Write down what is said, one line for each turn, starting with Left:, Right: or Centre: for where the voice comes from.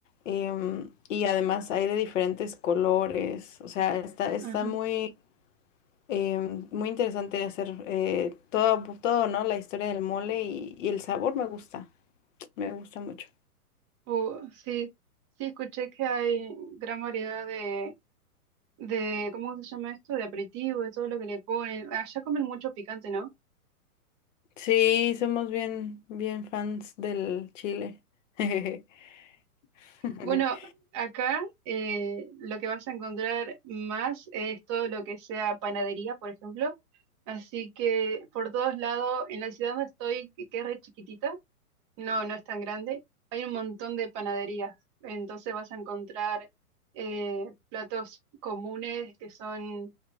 Left: em, y además hay de diferentes colores. O sea, está, está
Right: ajá.
Left: muy, em, muy interesante hacer eh, todo, todo, ¿no? La historia del mole y, y el sabor me gusta. Me gusta mucho.
Right: Uh, sí, sí escuché que hay gran variedad de, de, ¿cómo se llama esto? De aperitivo, de todo lo que le ponen. Allá comen mucho picante, ¿no?
Left: Sí, somos bien, bien fans del chile. <laughs> <laughs>
Right: Bueno, acá eh, lo que vas a encontrar más es todo lo que sea panadería, por ejemplo. Así que por todos lados, en la ciudad donde estoy, que, que es re chiquitita, no, no es tan grande, hay un montón de panaderías. Entonces vas a encontrar eh, platos comunes que son